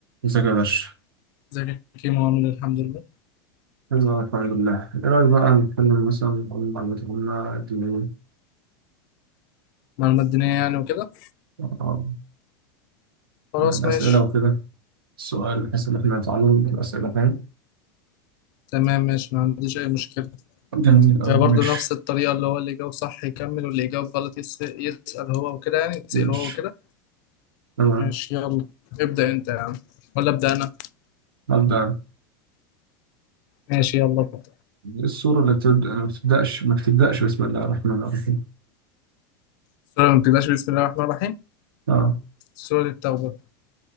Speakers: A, on the right; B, on the left.
A: ازيك يا باشا؟
B: ازيك يا كيمو عامل إيه؟ الحمد لله
A: يلا، الحمد لله، إيه رأيك بقى نتكلم مثلا عن معلومات العامة الدينية؟
B: معلومات دينية يعني وكده
A: آه،
B: خلاص
A: يعني
B: ماشي
A: أسئلة وكده، السؤال بحيث إن إحنا نتعلم بالأسئلة فاهم؟
B: تمام ماشي ما عنديش أي مشكلة
A: جميل أوي
B: آه،
A: ماشي
B: برضو نفس الطريقة اللي هو اللي يجاوب صح يكمل واللي يجاوب غلط يس- يسأل هو وكده يعني يتسأل
A: ماشي
B: هو وكده
A: تمام
B: ماشي يلا ابدأ أنت يا عم ولا أبدأ أنا
A: أبدأ أنا.
B: ماشي يلا ابدأ
A: السورة اللي بتبدأ ما بتبدأش ما بتبدأش بسم الله الرحمن الرحيم
B: سورة ما بتبدأش بسم الله الرحمن الرحيم
A: أه
B: سورة التوبة